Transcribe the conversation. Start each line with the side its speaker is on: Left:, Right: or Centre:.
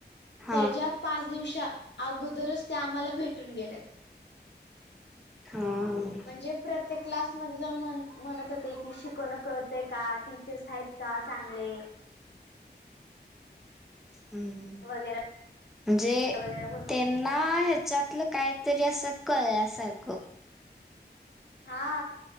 Centre: हा
Left: त्याच्या पाच दिवसा अगोदरच त्या आम्हाला भेटून गेल्यात.
Centre: हा हा
Left: म्हणजे प्रत त्या क्लासमध्ये जाऊन म्हण म्हणत होते की शिकवणं कळतं का? टीचर्स आहेत का चांगले?
Centre: हम्,
Left: वगैरे
Centre: म्हणजे
Left: वगैरे बोल
Centre: ते ना ह्याच्यातलं काहीतरी असं कळल्यासारखं
Left: हा